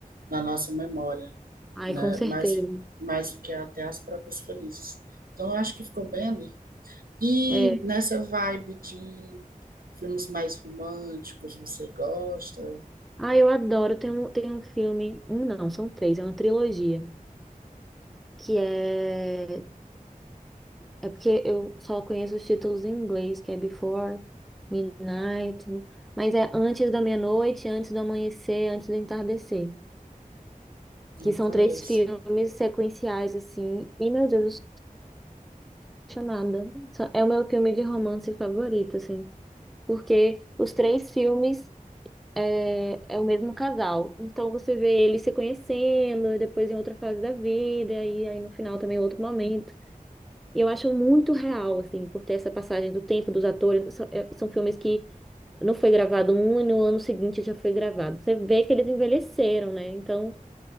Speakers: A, on the right; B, in the centre.
A: na nossa memória,
B: Ai,
A: né?
B: com certeza.
A: Mais mais do que até as próprias felizes. Então eu acho que ficou bem ali. E
B: É.
A: nessa vibe de filmes mais românticos, você gosta?
B: Ah, eu adoro. Tem um, tem um filme, um não, são três, é uma trilogia, que é é porque eu só conheço os títulos em inglês, que é Before Midnight, mas é Antes da Meia-Noite, Antes do Amanhecer, Antes do Entardecer,
A: Não
B: que são
A: conheço.
B: três filmes sequenciais assim. E meu Deus, apaixonada. Só- É o meu filme de romance favorito, assim, porque os três filmes é, é o mesmo casal. Então você vê eles se conhecendo, e depois em outra fase da vida, e aí aí no final também é outro momento. E eu acho muito real, assim, por ter essa passagem do tempo dos atores. São, é- são filmes que não foi gravado um e no ano seguinte já foi gravado. Você vê que eles envelheceram, né? Então